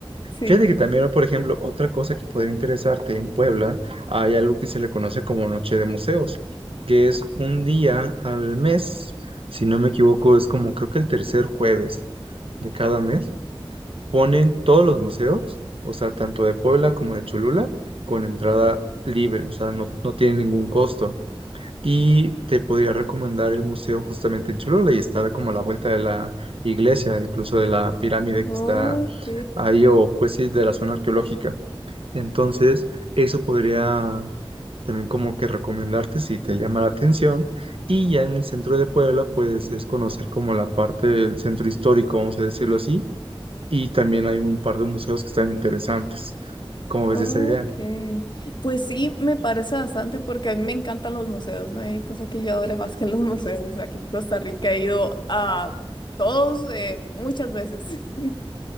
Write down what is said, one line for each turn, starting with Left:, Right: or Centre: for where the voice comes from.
Left: <laughs>
Right: Fíjate que
Left: sí.
Right: también, por ejemplo, otra cosa que podría interesarte en Puebla, hay algo que se le conoce como Noche de Museos, que es un día al mes, si no me equivoco, es como creo que el tercer jueves de cada mes ponen todos los museos, o sea, tanto de Puebla como de Cholula, con entrada libre, o sea, no, no tiene ningún costo. Y te podría recomendar el museo justamente en Cholula y está como a la vuelta de la iglesia, incluso de la pirámide
Left: Ok.
Right: que está ahí, o pues sí, de la zona arqueológica. Entonces, eso podría también como que recomendarte si te llama la atención. Y ya en el centro de Puebla, pues es conocer como la parte del centro histórico, vamos a decirlo así, y también hay un par de museos que están interesantes. ¿Cómo ves
Left: Ok.
Right: esa idea?
Left: Pues sí, me parece bastante porque a mí me encantan los museos, no hay cosa que yo adore más que los <laughs> museos. Aquí en Costa Rica he ido a todos eh, muchas veces, <laughs>